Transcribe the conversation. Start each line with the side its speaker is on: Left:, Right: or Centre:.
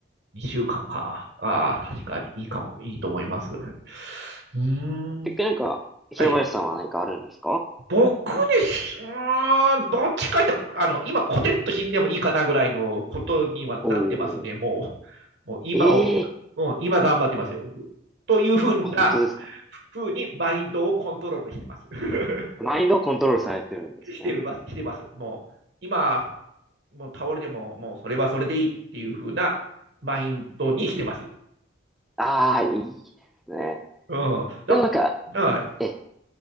Right: 2週間か。ああ、確かにいいかも、いいと思います。うー
Centre: 結局なんか、
Right: ん。
Centre: 平林さんは何かあるんですか
Right: はい。僕でし、うーん、どっちかって、あの、今、コテッと死んでもいいかなぐらいのことにはなってますね。
Centre: おー、
Right: もう、もう今を、
Centre: ええ
Right: もう今頑張ってますよ、僕。というふうな、
Centre: あ、本当ですか
Right: ふうにマインドをコントロールしてます。<laughs>
Centre: マインドをコントロールされてるんですね。
Right: してるば、してます。もう、今、もう倒れても、もうそれはそれでいいっていうふうなマインドにしてます。
Centre: ああ、いいですね。
Right: うん。だ、
Centre: でもなんか、
Right: はい。
Centre: え、